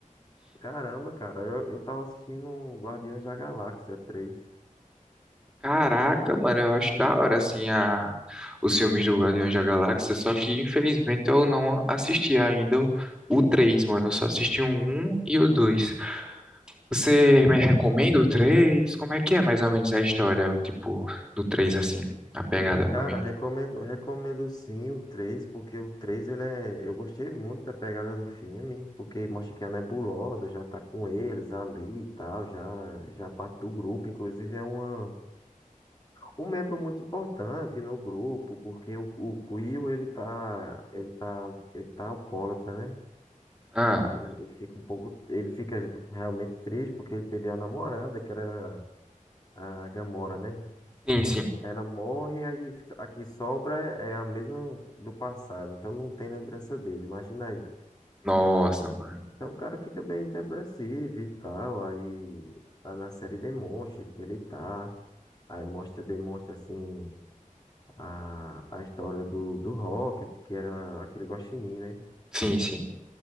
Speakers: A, on the left; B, in the centre.
A: Caramba, cara, eu, eu tava assistindo um Guardiões da Galáxia três
B: Caraca, mano, eu acho da hora, assim, a... os filmes do Guardiões da Galáxia, só que infelizmente eu não assisti ainda o o 3, mano, eu só assisti o 1 e o 2. Você me recomenda o 3? Como é que é mais ou menos a história, o tipo, do três assim, a pegada pra
A: Cara,
B: mim?
A: recomendo, recomendo sim o 3 porque o 3 ele é, eu gostei muito da pegada do filme, porque mostra que a Nebulosa já tá com eles ali e tal, já, já parte do grupo, inclusive é uma um membro muito importante no grupo, porque o, o Quill, ele tá, ele tá, ele tá alcoólatra, né?
B: Ah,
A: Porque ele, ele fica um pouco, ele fica realmente triste porque ele perdeu a namorada, que era a Gamora, né?
B: sim, sim.
A: Ela morre, aí fica- a que sobra é a mesma do passado, então não tem lembrança dele, imagina aí.
B: Nossa, mano.
A: Então o cara fica bem depressivo e tal, aí, aí na série demonstra que ele tá, aí mostra, demonstra assim a, a história do, do Rocket, que era aquele guaxinim, né?
B: Sim, sim,